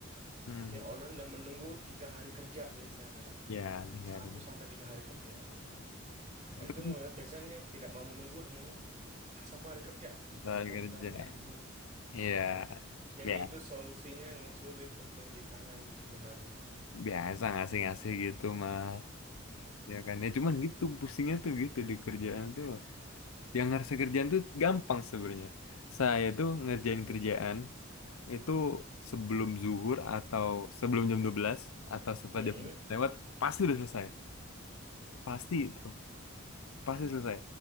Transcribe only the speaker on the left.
Mm.
Ya, tinggalin.
Itu
kan kerja.
Iya.
Ya.
biasa ngasih-ngasih gitu mah
ya kan ya cuman gitu pusingnya tuh gitu di kerjaan tuh yang ngerasa kerjaan tuh gampang sebenarnya saya tuh ngerjain kerjaan itu sebelum zuhur atau sebelum jam 12 atau setelah
jam 12 lewat pasti udah selesai pasti itu pasti selesai